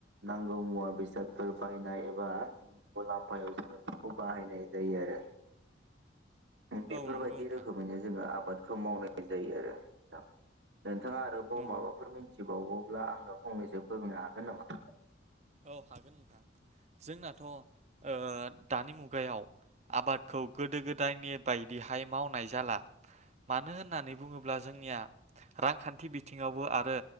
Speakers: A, on the right (about 65°); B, on the right (about 35°).
A: नांगौ मुवा बेसादफोर बायनाय एबा मुलाम्फायाव जोङो बेखौ बाहायनाय जायो आरो। बेफोरबायदि
B: औ नंगौ नोंथां
A: रोखोमैनो जोङो आबाद खौ मावनाय जायो आरो नोंथां। नोंथाङा आरोबाव
B: नंगौ
A: माबाफोर मिनथिबावगौ ब्ला आङो फंनैसो फोरमायनो हागोन नामा?
B: औ हागोन नोंथां जोंनाथ' दानि मुगायाव आबादखौ गोदो गोदायनि बायदिहाय मावनाय जाला। मानो होननानै बुङोब्ला जोंनिया रांखान्थि बिथिङावबो आरो